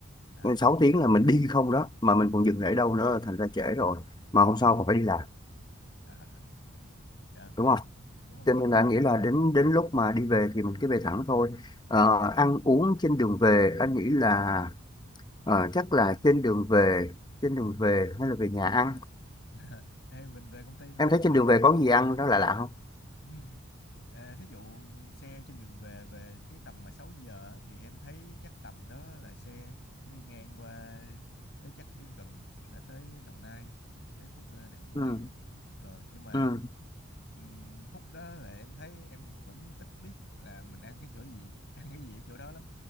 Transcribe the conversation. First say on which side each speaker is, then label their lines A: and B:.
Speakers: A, on the left; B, on the left.
A: à
B: 6 tiếng là mình đi không đó mà mình còn dừng lại đâu nữa thành ra trễ rồi mà hôm sau còn phải đi làm
A: à dạ
B: đúng không
A: đúng rồi
B: cho nên là anh nghĩ là đến đến lúc mà đi về thì mình cứ về thẳng thôi Ờ, ăn uống trên đường về anh nghĩ là ờ, chắc là trên đường về trên đường về hay là về nhà ăn
A: <laughs> hay mình về công ty mình
B: em
A: ăn
B: thấy
A: cũng
B: trên
A: được
B: đường về có gì ăn đó là lạ lạ không
A: <laughs> À, thí dụ xe trên đường về về cái tầm mà 6 giờ thì em thấy chắc tầm đó là xe nó đi ngang qua tới chắc tới gần là tới Đồng Nai tới khúc ờ, Định Quán
B: ừ,
A: rồi nhưng mà
B: ừ,
A: ừm, khúc đó là em thấy em cũng ít biết là mình ăn cái chỗ gì <laughs> ăn cái gì ở chỗ đó lắm